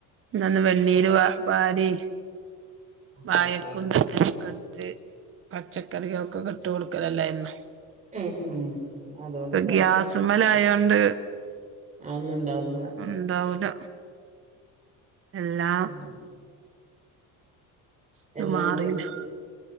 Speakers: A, on the right (about 35°); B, on the right (about 20°).
A: ഒന്ന് വെണ്ണീര് വ വാരി വഴക്കും
B: പുറത്ത് പോയി
A: തേങ്ങനൊക്കെ ഇട്ട് പച്ചക്കറികൾക്കൊക്കെ ഇട്ടു കൊടുക്കലല്ലായിന്നോ
B: ഉം ഉം അതോണ്ട് കറിയുണ്ടാക്കി
A: ഗ്യാസുമ്മലായോണ്ട്
B: അതൊന്നും ണ്ടാവില്ല
A: ണ്ടാവൂല എല്ലാം
B: ഉം
A: ഇത്
B: എല്ലാം
A: മാറിയില്ലേ
B: സ്വിച്ച്